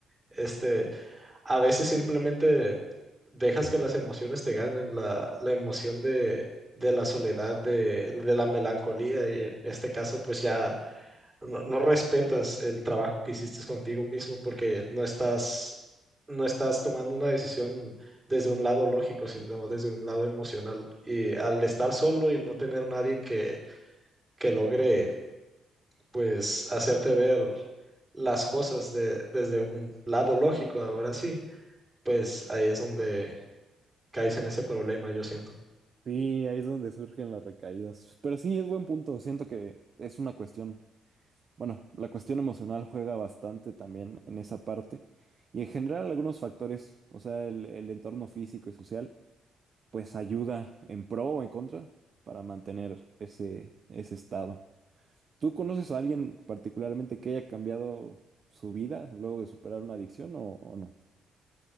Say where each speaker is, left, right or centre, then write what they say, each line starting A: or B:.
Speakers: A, on the right; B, on the right.
A: Este, a veces simplemente dejas que las emociones te ganen, la, la emoción de, de la soledad, de, de la melancolía, y en este caso pues ya no, no respetas el trabajo que hiciste contigo mismo porque no estás, no estás tomando una decisión desde un lado lógico, sino desde un lado emocional. Y al estar solo y no tener nadie que, que logre pues hacerte ver las cosas de, desde un lado lógico, ahora sí, pues ahí es donde caes en ese problema, yo siento.
B: Sí, ahí es donde surgen las recaídas. Pero sí, es buen punto. Siento que es una cuestión, bueno, la cuestión emocional juega bastante también en esa parte. Y en general algunos factores, o sea, el, el entorno físico y social, pues ayuda en pro o en contra para mantener ese, ese estado. ¿Tú conoces a alguien particularmente que haya cambiado su vida luego de superar una adicción o, o no?